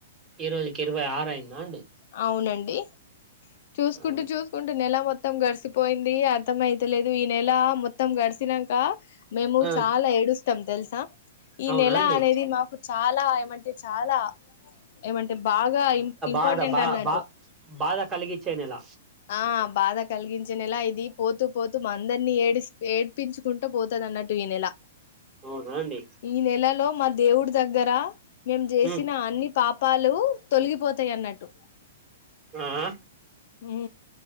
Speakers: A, on the right (about 20°); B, on the left (about 60°).
A: ఈ రోజుకి ఇరవై ఆరయింద అండి
B: అవునండి చూసుకుంటూ
A: ఆ
B: చూసుకుంటూ నెల మొత్తం గడిసి పోయింది అర్థం అయితలేదు ఈ నెల మొత్తం గడిచినంక మేము
A: ఆ
B: చాలా ఏడుస్తాం తెలు సా ఈ
A: అవునా
B: నెల
A: అండి.
B: అనేది మాకు చాలా ఏమంటే చాలా ఏమంటే బాగా ఇ ఇం ఇంపార్టెంట్
A: ధ బా
B: అన్నట్టు
A: బా బాధ కలిగిచ్చేనేెల
B: ఆ బాధ కలిగించె నేలా ఇది పోతూ పోతూ అందరిని ఏడిస్ ఏ ప్పించుకుంటా పోతది అన్నట్టు ఈ నెల
A: అవునా అండి
B: ఈ నెలలో మా దేవుడి దగ్గరా మేం జేసిన
A: ఉమ్
B: అన్ని పాప్ పాలు తొల్లియిపోతయన్న టు
A: ఆఅ
B: ఉ